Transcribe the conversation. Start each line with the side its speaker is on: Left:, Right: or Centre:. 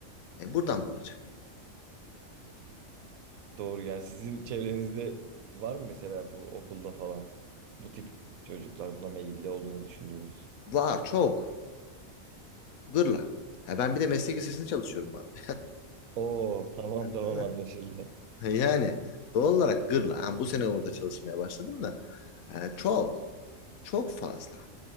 Left: E buradan bulacak.
Right: Doğru yani sizin çevrenizde var mı mesela bu okulda falan bu tip çocuklar buna meyilli olduğunu düşündüğünüz?
Left: Var çok. Gırla. Ha ben bir de meslek lisesinde çalışıyorum bu arada.
Right: Oo tamam tamam
Left: <laughs>
Right: anlaşıldı.
Left: Yani doğal olarak gırla. Ha, bu sene orada çalışmaya başladım da e, çok çok fazla.